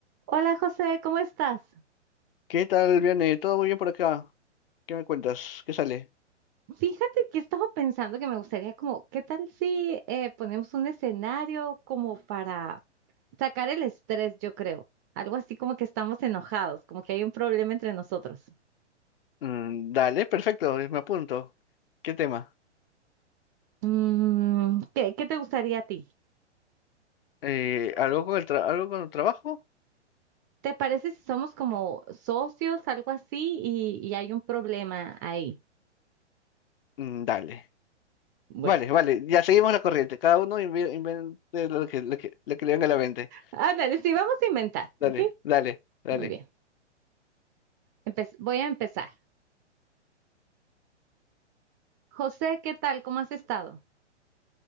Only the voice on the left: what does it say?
¿Qué tal, Viane? ¿Todo muy bien por acá? ¿Qué me cuentas? ¿Qué sale?
Mm, dale, perfecto, eh, me apunto. ¿Qué tema?
Eh, ¿algo con el tra- algo con el trabajo?
Mm, dale.
Vale, vale, ya seguimos la corriente. Cada uno inve- invente lo que, lo que, lo que le venga a la mente.
Dale,
dale, dale.